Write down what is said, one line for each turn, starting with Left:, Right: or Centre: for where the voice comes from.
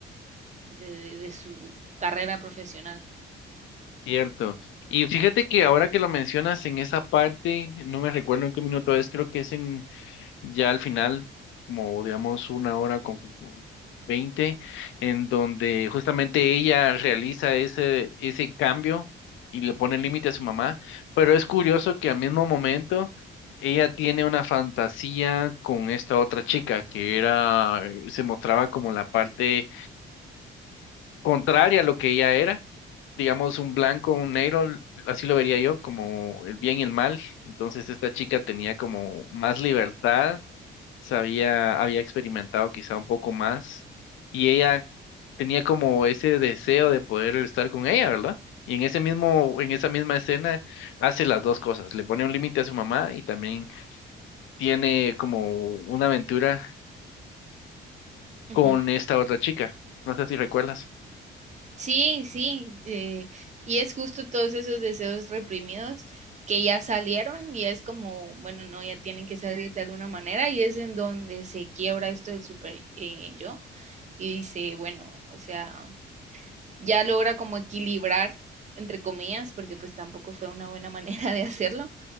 Right: de, de- de su carrera profesional.
Left: Cierto. Y fíjate que ahora que lo mencionas en esa parte, no me recuerdo en qué minuto es, creo que es en ya al final, como digamos una hora con veinte, en donde justamente ella realiza ese, ese cambio y le pone límite a su mamá, pero es curioso que al mismo momento ella tiene una fantasía con esta otra chica que era, eh, se mostraba como la parte contraria a lo que ella era. digamos un blanco, un negro, así lo vería yo, como el bien y el mal. Entonces esta chica tenía como más libertad sabía, había experimentado quizá un poco más y ella tenía como ese deseo de poder estar con ella, ¿verdad? Y en ese mismo, en esa misma escena hace las dos cosas, le pone un límite a su mamá y también tiene como una aventura
Right: Ujú.
Left: con esta otra chica. No sé si recuerdas.
Right: Sí, sí, eh, y es justo todos esos deseos reprimidos que ya salieron y es como, bueno, no, ya tienen que salir de alguna manera y es en donde se quiebra esto del super eh, yo y dice, bueno, o sea, ya logra como equilibrar, entre comillas, porque pues tampoco fue una buena <laughs> manera de hacerlo,